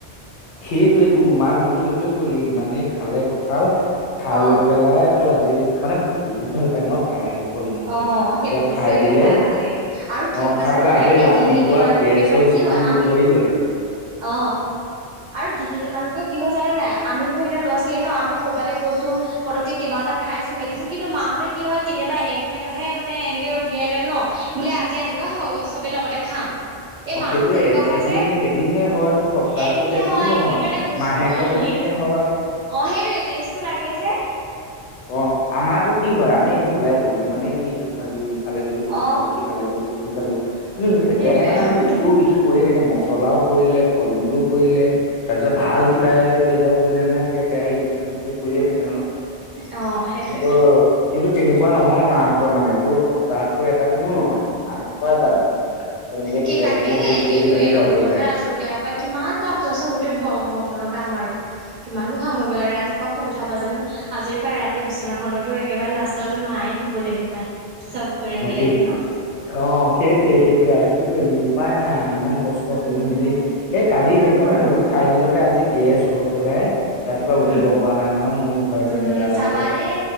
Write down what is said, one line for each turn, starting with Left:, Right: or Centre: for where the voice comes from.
Left: সেইটোৱে টো মায়ে ভুলতো সেইটোৱে কৰিলে। ইমানেই খালে কঁঠাল খাই লৈ
Right: অ
Left: পেলাই তো আজি মানে বহুত ভাল পায় ন খাই। ফল মূলবোৰ
Right: অ সেইবোৰ
Left: পুৰা
Right: বস্তু
Left: খাই
Right: এনে
Left: দিলে
Right: ভাল লাগে আৰু কি
Left: অ
Right: হয়
Left: খাই
Right: জানা
Left: পেলাই
Right: নাই
Left: আজি
Right: এই
Left: ৰাতিপুৱা
Right: গৃহিণী মানুহবোৰকে
Left: গেছ
Right: মানে
Left: হৈ
Right: কি
Left: যিটো
Right: হয়
Left: ৰূপ
Right: আমি
Left: ধৰিলে।
Right: অ। আৰু গিহিনী মানুহবোৰৰ কি হয় জানা নাই! আমি বোৰ এতিয়া লৰা ছোৱালী ন? আমি ক'বালে গৈছো। পতককে কিবা এটা খাইছো, মেলিছো। কিন্তু মাহঁতে কি হয় কেতিয়াবা এদিন এটাহে মানে এনেকে উলিয়াই লয় ন? বোলে আজি আহিবা স চবে লগতে খাম। এই
Left: অ,
Right: মাহঁতে
Left: সেইটো
Right: তেনেকুৱা
Left: এ
Right: হয়
Left: এদিন
Right: যে
Left: এদিনহে হয়টো। সপ্তাহটোত
Right: এদিনহে
Left: এদিনো
Right: হয়
Left: নহয়
Right: সেইকাৰণে বস্তুটো
Left: মাহেকত
Right: উম
Left: এদিন
Right: সেই
Left: হে হয়।
Right: অ, সেইটোৱে টেস্তটো লাগে যে।
Left: অ, আমাৰ কো কি হয় আ আমি এনে ওলাই গলো মানে আমি ইটো খালো, ইফালে গ'লো সিটো
Right: অ
Left: খালো সিফালে গ'লো সিটো খালো। আমি একেৰাহে
Right: সেইটোয়ে
Left: মানে
Right: অ
Left: আমাৰ ইটো সিটো পৰিয়ে থাকে মছলাও পৰিলে ফল মূলো পৰিলে। তাৰপিছত ভাল কিবা দুই এটাও পৰিলে আমাৰ এনেকে একেৰাহে ইটো পিছত সিটো পৰিয়ে থাকে ন
Right: অ অ সেইটোৱে
Left: কিন্তু - কিন্তু তেনেকুৱা নহয় মাহত মানে এইটো সপ্তাহতো এটা দিনো নহয়। এইটো মাহেকৰ এটা দিন। তেনেকে
Right: সেই
Left: কিবা
Right: তাকেহে
Left: কিবি এনেকে গোটেই
Right: সেইটোৱে
Left: কেইজনী
Right: এটা
Left: লগ
Right: দিনতহে
Left: হৈ খায়
Right: আজৰি উলিয়াব পাই। কিমান কাম চোৱাচোন গোটেই ভ ঘৰখনৰ কাম কিমানবোৰ সামৰিব লাগে। ৰাতিপুৱা শুই থা পা জানো আজৰি পায় ৰাতি বিচনাখনতো একেবাৰে লাষ্টত মায়ে শুবলেহি পায়। চব কৰি
Left: অ
Right: মিলি
Left: সেই
Right: আহি ন?
Left: অ', সেইটোৱে সেইটোৱে আও। কি কৰিবি উপায় নাই আও। ইমান কষ্ট
Right: উম
Left: কৰি মেলি
Right: উপায় নাই
Left: এই কালি সেইটো কাৰণে
Right: কৰিবই
Left: সেইবোৰ
Right: লাগিব
Left: খাই দিলতে আজি গেছ হৈ পেলাই ৰাতিপুৱা উঠিব
Right: উম
Left: পৰা নাই নহয়। মূৰ ঘূৰাইছে
Right: উম,
Left: কিবা হৈছে।
Right: চাবা দেই